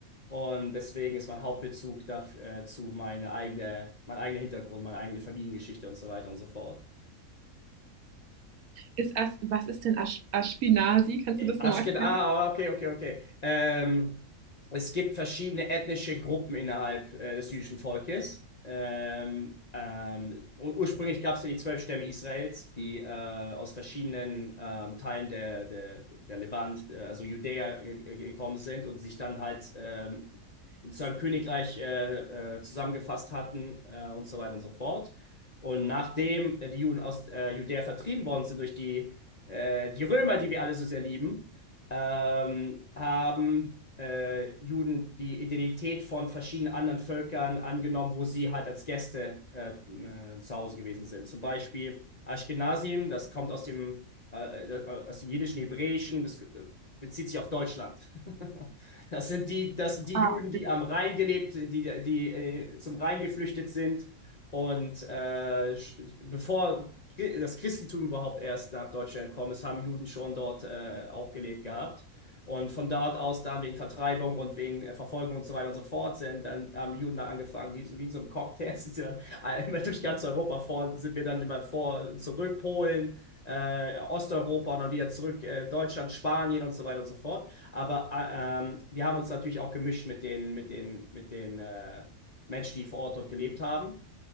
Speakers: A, on the left; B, on the right.
A: Und deswegen ist mein Hauptbezug dafür, äh, zu meine eigene, mein eigener Hintergrund, meine eigene Familiengeschichte und so weiter und so fort.
B: Ist As was ist denn Ash Ashkenazi? Kannst du das
A: Ach,
B: nochmal erklären?
A: genau. Ah, ah, okay, okay, okay. Ähm, es gibt verschiedene ethnische Gruppen innerhalb äh, des jüdischen Volkes. Ähm, ähm, und ursprünglich gab es ja die zwölf Stämme Israels, die äh, aus verschiedenen ähm, Teilen der, der, der Levant, äh, also Judäa, äh, äh, gekommen sind und sich dann halt ähm, in zu einem Königreich äh, äh, zusammengefasst hatten äh, und so weiter und so fort. Und nachdem äh, die Juden aus äh, Judäa vertrieben worden sind durch die äh, die Römer, die wir alle so sehr lieben, ähm, haben äh, Juden die Identität von verschiedenen anderen Völkern angenommen, wo sie halt als Gäste äh, äh, zu Hause gewesen sind. Zum Beispiel Ashkenazim, das kommt aus dem, äh, äh, aus dem jiddischen Hebräischen, das äh, bezieht sich auf Deutschland. <laughs> Das sind die, das sind die
B: Ah,
A: Juden, die am Rhein gelebt, die, die äh, zum Rhein geflüchtet sind. Und äh, bevor das Christentum überhaupt erst nach Deutschland gekommen ist, haben Juden schon dort äh, auch gelebt gehabt. Und von dort aus dann wegen Vertreibung und wegen äh, Verfolgung und so weiter und so fort sind, dann haben Juden dann angefangen, die, so- wie so ein Cocktail, <laughs> sind sie dann immer durch ganz Europa vor, sind wir dann immer vor zurück, Polen, äh, Osteuropa und dann wieder zurück, äh, Deutschland, Spanien und so weiter und so fort. Aber äh, ähm, wir haben uns natürlich auch gemischt mit den, mit den, mit den äh, Menschen, die vor Ort dort gelebt haben.